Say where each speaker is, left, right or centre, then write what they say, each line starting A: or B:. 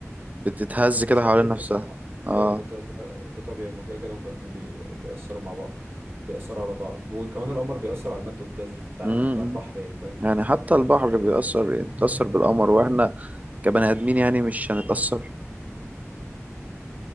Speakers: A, on the right; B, on the right.
A: بتتهز
B: مش
A: كده
B: هتلف
A: حوالين نفسها
B: صح ايوه
A: اه
B: ده ط- ده ده طبيعي هما كده كده هما الاتنين بي... بيأثروا مع بعض بيأثروا على بعض وكمان القمر بيأثر على المد والجزر بتاع
A: امم
B: ال... بتاع البحر يعني فاهم
A: يعني حتى البحر بيأثر يعني بيتأثر بالقمر واحنا كبني آدمين يعني مش هنتأثر